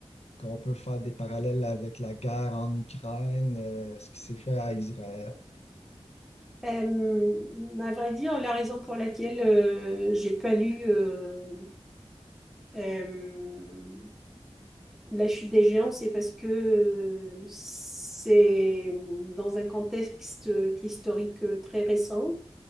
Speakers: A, on the left; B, in the centre.
A: qu'on peut faire des parallèles avec la guerre en Ukraine, euh, ce qui s'est fait à Israël.
B: Euh, à vrai dire, la raison pour laquelle euh, j'ai pas lu euh, euh, La chute des géants, c'est parce que euh, c'est dans un contexte historique euh, très récent